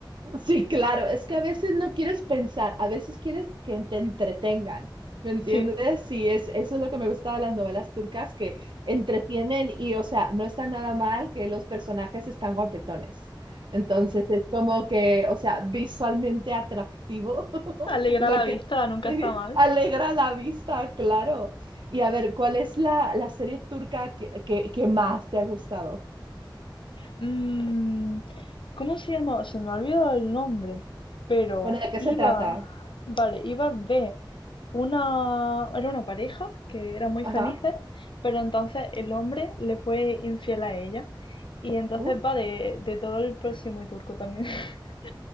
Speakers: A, on the right (about 70°); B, on the left (about 80°).
A: Sí, claro, es que a veces no quieres pensar, a veces quieres que te entretengan, ¿me entiendes?
B: Sí,
A: Sí, es, eso es lo que me gusta de las novelas turcas, que entretienen y, o sea, no está nada mal que los personajes están guapetones. Entonces es como que, o sea, visualmente atractivo, <laughs>
B: alegra
A: lo
B: la vista,
A: que
B: nunca
A: <laughs>
B: está mal.
A: alegra la vista, claro. Y a ver, ¿cuál es la, la serie turca que, que, que más te ha gustado?
B: Mm, ¿cómo se llamaba? Se me ha olvidado el nombre, pero
A: Bueno, ¿de qué
B: iba,
A: se trata?
B: vale, iba de una, era una pareja que era muy
A: Ajá.
B: felices, pero entonces el hombre le fue infiel a ella. Y entonces
A: Uf.
B: va de, de todo el próximo y turco también. <laughs>